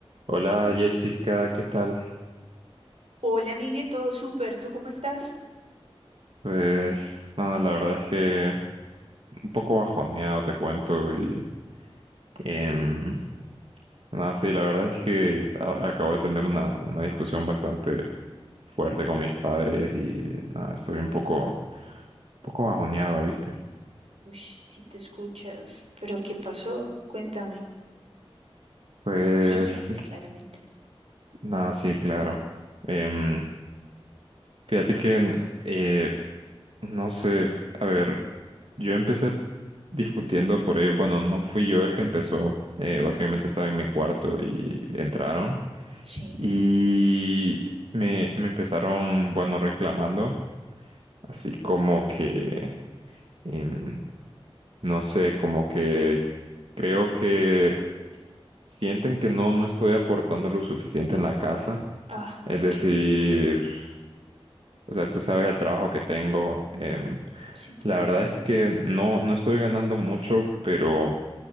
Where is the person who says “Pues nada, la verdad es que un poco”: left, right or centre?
Right